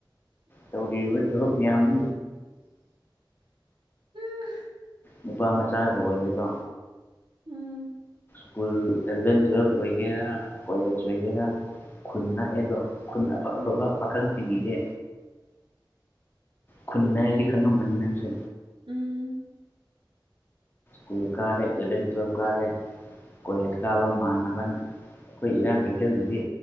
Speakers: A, on the left; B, on the right.
A: ꯇꯧꯔꯤꯕ ꯊꯕꯛ ꯃꯌꯥꯝꯕꯨ
B: ꯎꯝ
A: ꯅꯨꯄꯥ ꯃꯆꯥꯒ ꯑꯣꯏꯒꯦꯗꯣ
B: ꯎꯝ
A: ꯁ꯭ꯀꯨꯜ ꯑꯦꯂꯚꯦꯟ ꯇꯨꯋꯦꯜꯕ ꯑꯣꯏꯒꯦꯔꯥ ꯀꯣꯂꯦꯖ ꯑꯣꯏꯒꯦꯔꯥ ꯈꯨꯟ ꯅꯛꯑꯦꯗꯣ ꯑꯩꯈꯣꯏ ꯑꯄꯥꯕꯕꯥ
B: ꯎꯝ
A: ꯈꯪ ꯆꯤꯡꯉꯤꯁꯦ ꯈꯨꯟꯅꯗꯤ ꯈꯪꯉꯝꯕꯅꯤ ꯅꯪꯁꯨ
B: ꯎꯝ
A: ꯀꯨꯜꯀꯥꯔꯦ ꯑꯦꯕ ꯆꯞꯀꯥꯔꯦ ꯀꯂꯦꯀꯥꯕ ꯃꯥꯥꯟꯕꯟ ꯑꯩꯈꯣꯏ ꯏꯔꯥꯡ ꯀꯩꯊꯦꯜꯒꯤꯒꯤ